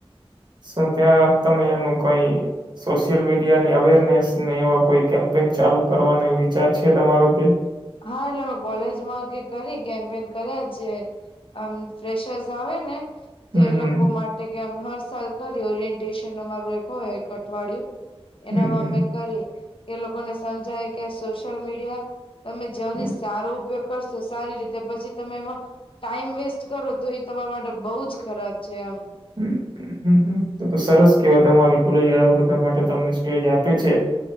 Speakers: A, on the right; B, on the left.
A: શું ત્યાં તમે એનું કઈ સોશિયલ મીડિયાની અવેરનેસ ને એવા કોઈ કેમ્પેન ચાલુ કરવાનો વિચાર છે તમારો કે?
B: હા એટલે અમે કોલેજમાં કે કરી કેમ્પેન કર્યા છે. આમ ફેશ આવે ને તો
A: હમ
B: એ લોકો માટે કેમ હર સાલ કરી ઓરિએન્ટેશન અમારું એક હોય એક અઠવાડિયું એનામાં
A: હમ હમ
B: અમે કરી એ લોકોને સમજાયી કે સોશિયલ મીડિયા તમે જની
A: હમ
B: સારો ઉપયોગ કરશો સારી રીતે પછી તમે એમાં ટાઈમ વેસ્ટ કરો તો એ તમારા માટે બહુ જ ખરાબ છે. આમ
A: હમ. હમ તો સરસ કહેવાય તમારી કોલેજ આવું બધા માટે તમને સ્ટેજ આપે છે